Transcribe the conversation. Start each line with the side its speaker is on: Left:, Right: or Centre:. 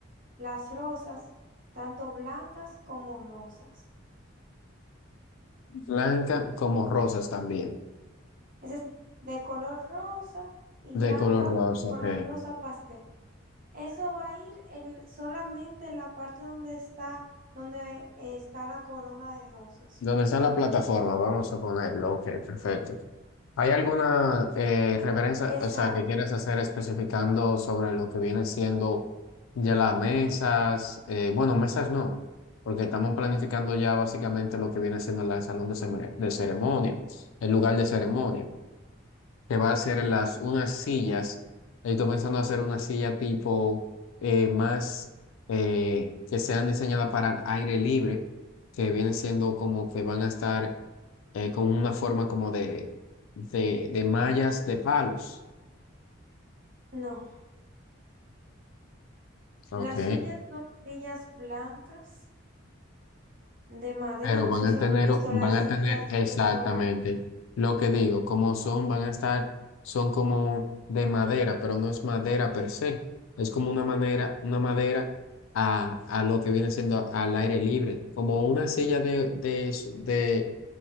Right: las rosas, tanto blancas como rosas.
Left: blanca como rosas también,
Right: Es decir, de color rosa y
Left: de
Right: blanca,
Left: color rosa,
Right: color
Left: ok.
Right: rosa pastel. Eso va a ir el, solamente en la parte donde está, donde eh, está la corona de rosas.
Left: ¿Dónde está la plataforma? Vamos a ponerlo, ok, perfecto. ¿Hay alguna eh, referencia,
Right: Exacto.
Left: o sea, que quieras hacer especificando sobre lo que viene siendo ya las mesas? Eh, bueno, mesas no, porque estamos planificando ya básicamente lo que viene siendo la de salón de, cere- de ceremonia, el lugar de ceremonia. que va a hacer las unas sillas. Estoy pensando hacer una silla tipo eh, más eh, que sean diseñadas para el aire libre, que viene siendo como que van a estar eh, con una forma como de, de, de mallas de palos.
Right: No.
Left: Ok,
Right: Las sillas son sillas blancas de madera.
Left: Pero
Right: No
Left: van
Right: sé
Left: a
Right: si
Left: tener,
Right: has visto
Left: van
Right: las
Left: a
Right: sillas
Left: tener exactamente
Right: que son.
Left: lo que digo, como son, van a estar, son como de madera, pero no es madera per se, es como una manera, una madera a, a lo que viene siendo al aire libre, como una silla de, de, s- de,